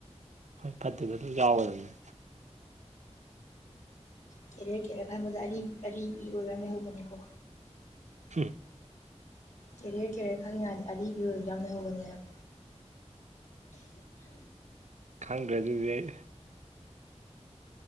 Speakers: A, on the right; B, on the left.
A: ꯍꯣꯏ ꯐꯠꯇ‌ꯦꯕ ꯑꯗꯨꯝ ꯌꯥꯎꯒꯗꯕꯅꯤ
B: ꯀꯦꯔꯤꯌꯔ ꯀꯦꯔꯤꯌꯔ ꯈꯟꯕꯗ ꯑꯔꯤ ꯑꯔꯤꯕꯤ ꯑꯣꯏꯕ ꯌꯥꯝ ꯂꯩꯍꯧꯕꯅꯤꯀꯣ
A: <unintelligible>
B: ꯀꯦꯔꯤꯌꯔ ꯀꯦꯔꯤꯌꯔ ꯈꯟꯂꯤꯉꯥꯏꯗꯤ ꯑꯔꯤꯕꯤ ꯑꯣꯏꯕ ꯌꯥꯝ ꯂꯩꯍꯧꯕꯅꯦꯕ
A: ꯈꯪꯗ꯭ꯔꯦ ꯑꯗꯨꯗꯤ ꯑꯩ